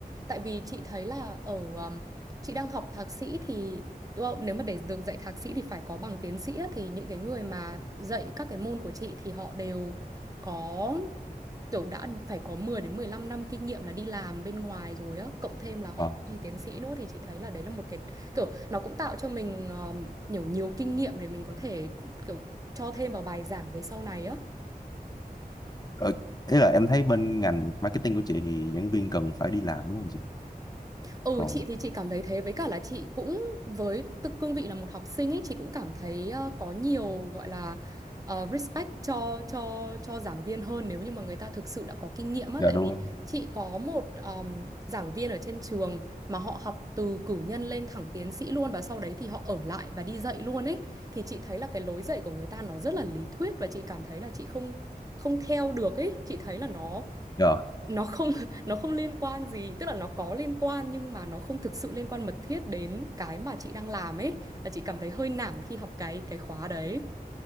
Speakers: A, on the right; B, on the left.
A: Tại vì chị thấy là ở um, chị đang học thạc sĩ thì well, nếu mà để được dạy thạc sĩ thì phải có bằng tiến sĩ á, thì những cái người mà dạy các cái môn của chị thì họ đều có kiểu đã phải có 10 đến 15 năm kinh nghiệm là đi làm bên ngoài rồi á cộng thêm là họ
B: ờ,
A: có bằng tiến sĩ nữa thì chị thấy là đấy là một cái kiểu nó cũng tạo cho mình ờ, nhiều nhiều kinh nghiệm để mình có thể kiểu cho thêm vào bài giảng về sau này á
B: ờ, ý là em thấy bên ngành marketing của chị thì giảng viên cần phải đi làm đúng không chị
A: Ừ
B: còn
A: chị thì chị cảm thấy thế với cả là chị cũng với tư cương vị là một học sinh ấy chị cũng cảm thấy ờ, có nhiều gọi là ờ, respect cho cho cho giảng viên hơn nếu như mà người ta thực sự đã có kinh nghiệm á
B: dạ
A: tại
B: đúng
A: vì
B: rồi
A: chị có một ờm, giảng viên ở trên trường mà họ học từ cử nhân lên thẳng tiến sĩ luôn và sau đấy thì họ ở lại và đi dạy luôn ấy thì chị thấy là cái lối dạy của người ta nó rất là lý thuyết và chị cảm thấy là chị không không theo được ấy chị thấy là nó
B: dạ
A: nó không <laughs> nó không liên quan gì tức là nó có liên quan nhưng mà nó không thực sự liên quan mật thiết đến cái mà chị đang làm ấy và chị cảm thấy hơi nản khi học cái cái khóa đấy